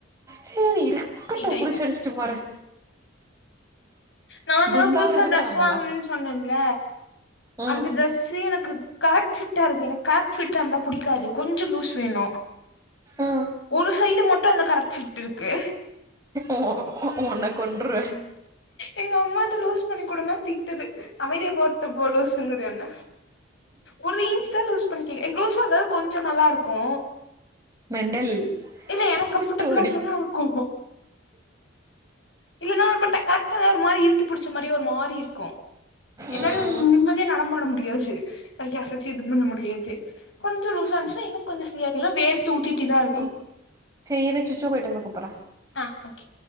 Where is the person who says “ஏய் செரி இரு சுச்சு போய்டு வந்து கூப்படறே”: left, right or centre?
Right